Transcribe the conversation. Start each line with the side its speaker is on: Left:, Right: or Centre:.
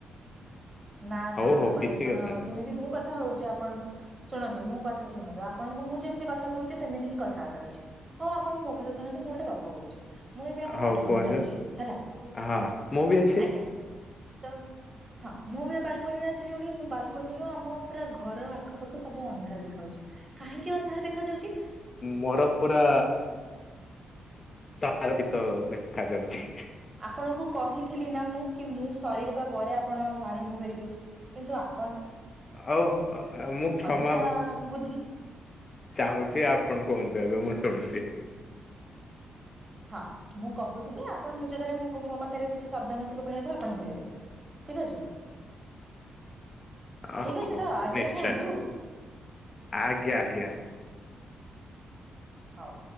Right: ନା
Left: ହଉ
Right: ନା ଆପଣ
Left: ହଉ କିଛି
Right: ଆପଣ
Left: କଥା ନାହିଁ।
Right: ଯେମିତି ମୁଁ କଥା ହଉଛି। ଆପଣଙ୍କୁ ଶୁଣନ୍ତୁ ମୁଁ କଥା ଶୁଣନ୍ତୁ ।ଆପଣଙ୍କୁ ମୁଁ ଯେମିତି କଥା କହୁଛି ସେମିତି ହିଁ କଥା ହବାର ଅଛି। ହଉ ଆପଣ ମୋ କଥା ଶୁଣନ୍ତୁ, ମୁଁ ଗୋଟେ ଗପ କହୁଛି। ମୁଁ ଏବେ ଆମ
Left: ହଉ
Right: ବାଲକୋନୀରେ
Left: କୁହନ୍ତୁ
Right: ଅଛି। ହେଲା
Left: ହଁ ମୁଁ ବି ଅଛି
Right: ଆଜ୍ଞା ତ ହଁ। ମୁଁ ବି ଏ ବାଲକନିରେ ଅଛି ।ଯୋଉଠି ମୁଁ ବାଲକନିରୁ ଆମ ପୁରା ଘର ଆଖପାଖ ସବୁ ଅନ୍ଧାର ଦେଖା ଯାଉଛି। କାହିଁକି ଅନ୍ଧାର ଦେଖା ଯାଉଛି।
Left: ମୋର ପୁରା ତ ଆଳୋକୀତ ଦେଖାଯାଉଛି।
Right: ଆପଣଙ୍କୁ କହିଥିଲି ନା ମୁଁ କି ମୁଁ ସରିରବା ପରେ ଆପଣ ଆରମ୍ଭ କରିବେ କିନ୍ତୁ। ଆ
Left: ଆଉ ମୁଁ କ୍ଷମା
Right: ଅଧିକା ବୁଦ୍ଧି
Left: ଚାହୁଁଛି। ଆପଣ କୁହନ୍ତୁ ଏବେ ମୁଁ ଶୁ ଶୁଣୁଛି।
Right: ହଁ ମୁଁ କହୁଥିଲି ଆପଣ ।ମୁଁ ଯେତେବେଳେ ମୁଁ ମୋ ପାଖରେ କିଛି ସାବଧାନଥିବ କହିବାକୁ ଆପଣ କହିବେ ଠିକ ଅଛି।
Left: ଓ
Right: ଠିକ
Left: ହୋ
Right: ଅଛି
Left: ହୋ
Right: ତ ଆଜ୍ଞା
Left: ନିଶ୍ଚୟ
Right: କୁହନ୍ତୁ
Left: ଆଜ୍ଞା ଆଜ୍ଞା।
Right: ହଉ